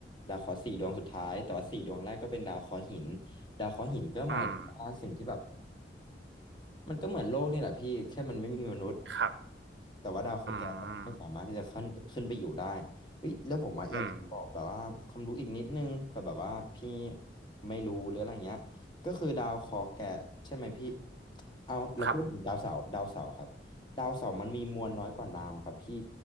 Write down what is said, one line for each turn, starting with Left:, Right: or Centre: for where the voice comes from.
Left: ดาวเคราะห์สี่ดวงสุดท้ายแต่ว่าสี่ดวงแรกก็เป็นดาวเคราะห์หินดาวเคราะห์หินก็หมายถึงว่าสิ่งที่แบบ
Right: อืม
Left: มันก็เหมือนโลกนี่แหละพี่แค่มันไม่มีมนุษย์
Right: ครับ
Left: แต่ว่าดาวเคราะห์แก้วไม่สามารถที่จะขึ้นขึ้นไปอยู่ได้
Right: อืม
Left: เฮ้ยแล้วผมอะอยากจะบอกแบบว่าความรู้อีกนิดนึงเผื่อแบบว่าพี่
Right: อืม
Left: ไม่รู้หรืออะไรเงี้ยก็คือดาวเคราะห์แก้ใช่ไหมพี่เอาเราพูดถึงดาวเสาร์ดาวเสาร์ครับดาวเสาร์มันมีมวลน้อยกว่าน้ำครับพี่
Right: ครับ